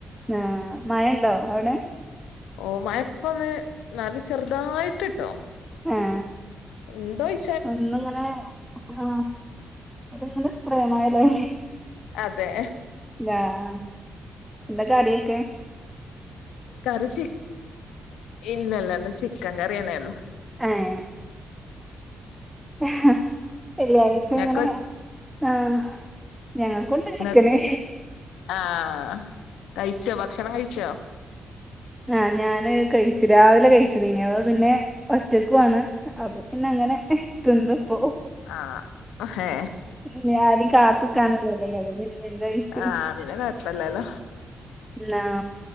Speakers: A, in the centre; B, on the left.
A: ആ മാഴണ്ടോ? അവിടെ.
B: ഓ മഴ ഇപ്പന്ന് ന്നാല്ല ചെറുതായിട്ട്ട്ടോ.
A: ആഹ്
B: ഏന്തോയ്.
A: ഒന്ന്ങ്ങനെ ആ അത്ങ്ങനെ സ്പ്രെമായാലോ
B: അതെ
A: ആഹ് എന്തൊ കടിയൊക്കെ?
B: കറി ചി ഇല്ല ഇല്ലന്ന് ചിക്കൻ കറിയന്നെ ഒള്ളു.
A: ആഹ് ഏഹ് വെള്ളിയാഴ്ച
B: ഇങ്ങക്ക്
A: അങ്ങനെ ആഹ് ഞങ്ങൾക്കൊണ്ട്
B: ഇങ്ങ
A: ചിക്കന്
B: ആഹ് കഴിച്ചോ ഭക്ഷണം കഴിച്ചോ?
A: ആഹ് ഞാന് കഴിച്ചു രാവിലെ കഴി ച്ചതെനി പിന്നെ ഒറ്റക്കുആണ് അപ്പൊ പിന്നെ അങ്ങനെ തിന്നുപ്പോ.
B: ആഹ് ഹേ
A: പിന്ന ആരിം കാത് നിക്കാൻ ഒന്നും ഇല്ലല്ലോ അപ്പോ പിന്നെ വേം കഴിച്ചു
B: ആഹ് പിന്നെ കൊഴപ്പല്ലല്ലോ?
A: ന്നാ